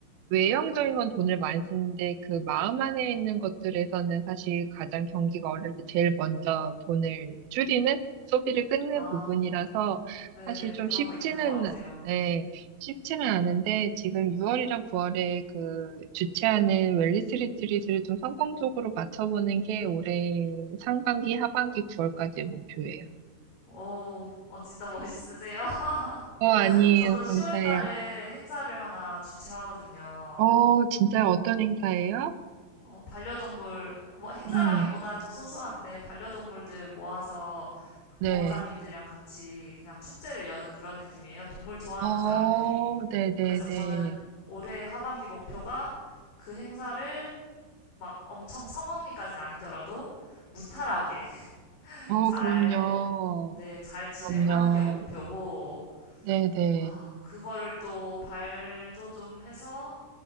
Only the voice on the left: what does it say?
아,
네.
그런
거 있는 것 같아요.
오, 어, 진짜 멋있으세요? <laughs>
저도 10월
달에 행사를 하나 주최하거든요.
어, 반려동물, 뭐 행사라기보다좀
소소한데, 반려동물들 모아서 그 보호자님들이랑
같이 그냥 축제를 여는 그런 느낌이에요. 동물 좋아하는
사람들이.
그래서 저는 올해 하반기 목표가 그 행사를 막 엄청 성황리까진 아니더라도 무탈하게 <laughs>
잘,
네, 잘 진행하는
게 목표고,
아, 그거를 또 발돋움해서